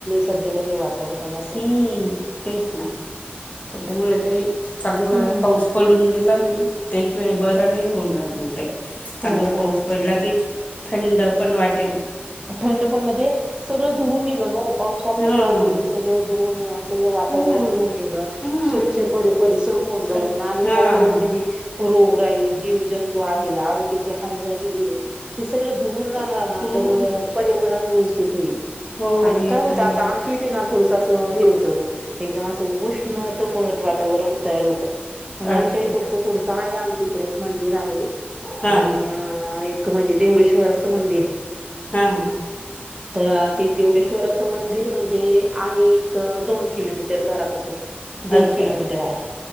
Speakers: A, on the right; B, on the left.
A: सध्याला हे वातावरण असं.
B: हम्म तेच ना त्याच्यामुळे ते चांगला
A: हम्म.
B: पाऊस पडून गेला कि त्याशिवाय बरा नाही होऊन चांगला
A: हो हो.
B: पाऊस पडला की थंड पण वाटतं
A: थंड पण म्हणजे सगळं धुऊून निघल पावसामुळे
B: हां
A: काय होईल सगळं धुऊून वातावरण
B: हां
A: <unintelligible>
B: हां स्वच्छ हां
A: राई जीव जंतू आहे आरोग्याची हानी झालेली आहे ते सगळ धुवून जाणार ना
B: हं
A: तर पर्यावरण व्यवस्थित होईल
B: हो
A: आणि काय
B: एकदम
A: होत आता
B: बरं
A: आमच्या इथे ना थोडस असं हे होत एकदम असं उष्ण दमट वातावरण तयार होतं मग आम्ही
B: अच्छा
A: काही करतो थोडसं आहे आमच्या इकडे एक मंदिर आहे
B: हां
A: आणि एक म्हणजे देवळेश्वराचं मंदिर आहे
B: हा ह
A: तर ते देवडेश्वराचं मंदिर म्हणजे आहे एक दोन किलोमीटर दरापासून दोन
B: अच्छा
A: किलोमीटर आहे